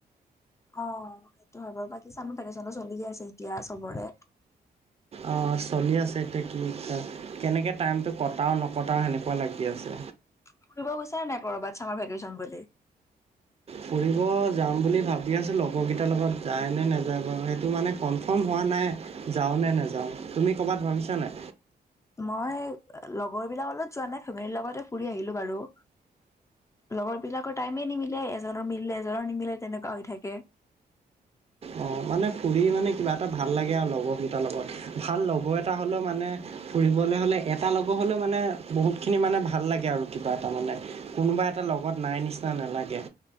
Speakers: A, on the left; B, on the right.
A: অ, সেইটো হয় বাৰু বাকী চামাৰ ভেকেশচনো চলি আছে এতিয়া চবৰে।
B: অ, চলি আছে এতিয়া কি কেনেকৈ টাইমটো কটাও নকটাও সেনেকুৱা লাগি আছে।
A: ফুৰিব গৈছা নাই কৰ'বাত? চামাৰ ভেকেশচন বুলি।
B: ফুৰিব যাম বুলি ভাবি আছোঁ লগৰকেইটাৰ লগত যায় নে নাযায় বাৰু সেইটো মানে কনফাৰ্ম হোৱা নাই। যাওঁ নে নেযাওঁ তুমি ক'ৰবাত ভাবিছা নাই?
A: মই লগৰবিলাক লগত যোৱা নাই ফেমিলিৰ লগতে ফুৰি আহিলো বাৰু। লগৰ বিলাকৰ টাইমে নিমিলে এজনৰ মিলিলে এজনৰ নিমিলে তেনেকুৱা হৈ থাকে।
B: অঁ মানে ফুৰি মানে কিবা এটা ভাল লাগে আৰু লগৰকেইটাৰ লগত ভাল লগৰ এটা হ'লেও মানে। ফুৰিবলে হলে এটা লগৰ হলে মানে বহুত খিনি মানে ভাল লাগে আৰু কিবা এটা মানে কোনোবা এটা। ত লগত নাই নিচিনা নালাগে।